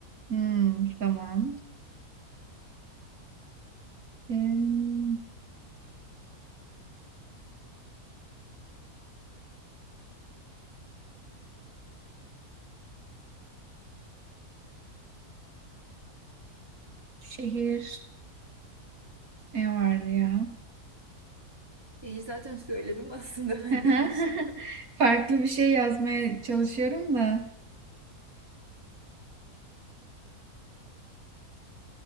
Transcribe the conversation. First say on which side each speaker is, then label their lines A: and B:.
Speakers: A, on the right; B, on the right.
A: Hmm, tamam. Ee, şehir. Ne vardı ya?
B: Şeyi zaten söyledim aslında ben
A: <laughs>
B: yanlışlıkla.
A: Farklı bir şey yazmaya çalışıyorum da.